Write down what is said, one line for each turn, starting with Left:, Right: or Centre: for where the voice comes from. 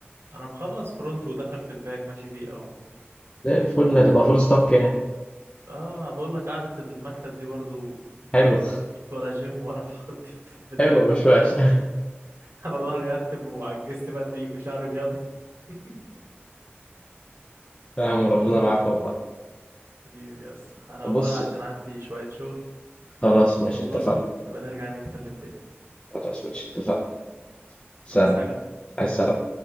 Right: انا مخلص فرونت ودخل في الباك ماشي فيه اهو
Left: زي الفل هتبقى فول ستاك يعني
Right: اه بقول لك قعدة المكتب دي برضو
Left: حلو
Right: مفيش ولا جيم ولا الحوارات دي بت-
Left: <laughs>
Right: بتنفع
Left: حلو مش وحش <laughs>
Right: <laughs> انا ظهري اتب وعجزت بدري وشعري ابيض <laughs>
Left: يا عم ربنا
Right: اه
Left: معاك والله
Right: حبيبي يس انا اقوم
Left: بص
Right: انا عشان عندي شوية شغل
Left: خلاص
Right: اخلصه
Left: ماشي اتفقنا
Right: نبقى نرجع نتكلم تاني
Left: خلاص ماشي اتفقنا سلام
Right: عايز حاجة
Left: عايز سلام